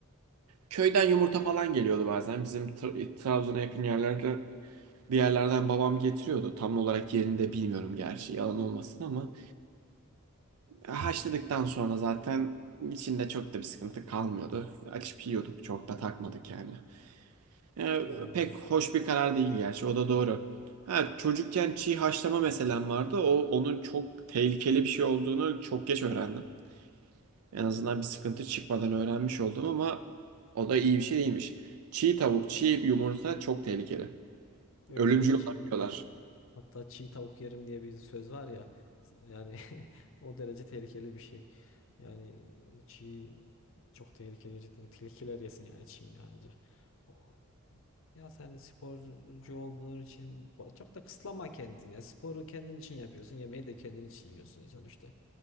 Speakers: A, on the right; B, on the left.
A: Köyden yumurta falan geliyordu bazen. Bizim Tra- e, Trabzon'a yakın yerlerde bir yerlerden babam getiriyordu. Tam olarak yerini de bilmiyorum gerçi yalan olmasın ama. Haşladıktan sonra zaten içinde çok da bir sıkıntı kalmıyordu. Açıp yiyorduk çok da takmadık yani. Ee,
B: Ha, anladım.
A: pek hoş bir karar değil gerçi. O da doğru. Ha, çocukken çiğ haşlama meselem vardı. O onun çok tehlikeli bir şey olduğunu çok geç öğrendim. En azından bir sıkıntı çıkmadan öğrenmiş oldum ama o da iyi bir şey değilmiş. Çiğ tavuk, çiğ yumurta çok tehlikeli.
B: Öyle
A: Ölümcül
B: ya çiğ.
A: olabiliyorlar.
B: Hatta çiğ tavuk yerim diye bir söz var ya. Yani <laughs> o derece tehlikeli bir şey. Yani e, çiğ çok tehlikeli gerçekten. Tilkiler yesin yani çiğini anca. O- Ya sen sporcu olduğun için ba- çok da kısıtlama kendini. Ya sporu kendin için yapıyorsun. Yemeği de kendin için yiyorsun sonuçta.